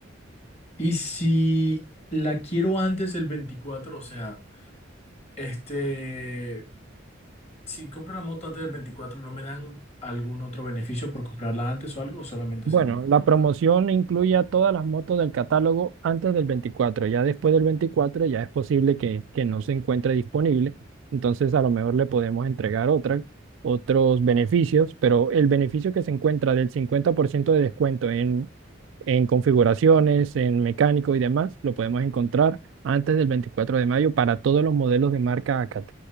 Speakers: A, on the left; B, on the right.
A: Y si la quiero antes del 24, o sea, este, si compro la moto antes del 24, ¿no me dan algún otro beneficio por comprarla antes o algo? ¿O solamente
B: Bueno,
A: es el único
B: la
A: que me
B: promoción
A: dan?
B: incluye a todas las motos del catálogo antes del 24. Ya después del 24 ya es posible que, que no se encuentre disponible. Entonces a lo mejor le podemos entregar otras, otros beneficios, pero el beneficio que se encuentra del 50% de descuento en, en configuraciones, en mecánico y demás, lo podemos encontrar antes del 24 de mayo para todos los modelos de marca ACAT.